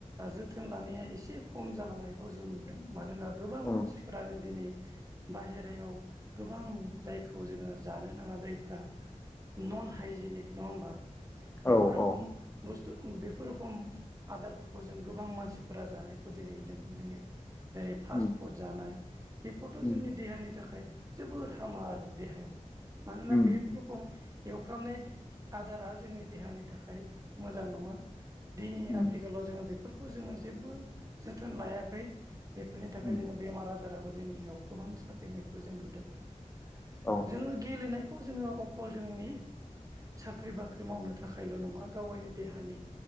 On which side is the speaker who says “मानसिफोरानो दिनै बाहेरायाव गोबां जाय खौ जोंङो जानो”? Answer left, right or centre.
Right